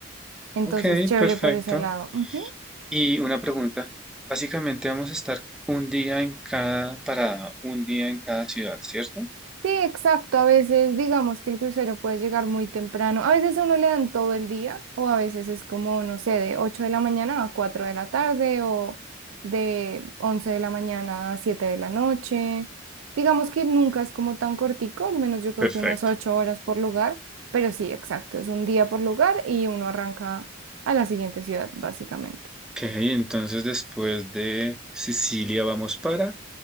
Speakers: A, on the right (about 85°); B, in the centre.
A: Entonces,
B: Ok,
A: chévere
B: perfecto.
A: por ese lado. Ujú.
B: Y una pregunta. Básicamente vamos a estar un día en cada parada, un día en cada ciudad, ¿cierto?
A: Sí, exacto. A veces digamos que el crucero puede llegar muy temprano. A veces a uno le dan todo el día o a veces es como, no sé, de 8 de la mañana a 4 de la tarde o de 11 de la mañana a 7 de la noche. Digamos que nunca es como tan cortico, al menos yo creo
B: Perfecto.
A: que unas 8 horas por lugar, pero sí, exacto. Es un día por lugar y uno arranca a la siguiente ciudad, básicamente.
B: Ok, entonces después de Sicilia vamos para